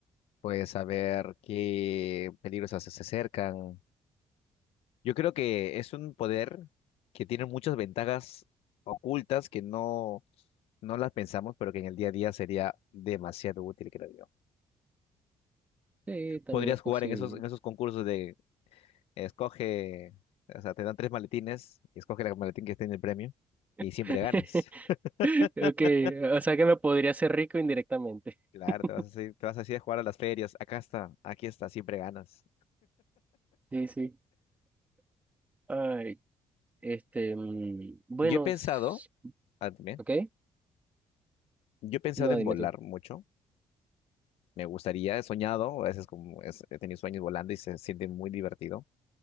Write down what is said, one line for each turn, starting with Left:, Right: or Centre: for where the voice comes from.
Left: puedes saber qué peligros se se acercan. Yo creo que es un poder que tiene muchas ventajas ocultas que no, no las pensamos, pero que en el día a día sería demasiado útil, creo yo.
Right: Sí, también
Left: Podrías
Right: es
Left: jugar
Right: posible.
Left: en esos, en esos concursos de escoge, o sea, te dan tres maletines y escoge el maletín que esté en el premio y siempre
Right: <laughs>
Left: ganas. <laughs>
Right: Ok, o sea que me podría hacer rico indirectamente.
Left: Claro,
Right: <laughs>
Left: te vas a seguir- te vas así a jugar a las ferias. Acá está, aquí está, siempre ganas.
Right: Sí, sí. Ay, este, mm, bueno,
Left: Yo he pensado,
Right: s-
Left: ah, también,
Right: ok.
Left: yo he pensado
Right: No,
Left: en
Right: dime
Left: volar
Right: tú.
Left: mucho. Me gustaría, he soñado, a veces como es- he tenido sueños volando y se siente muy divertido.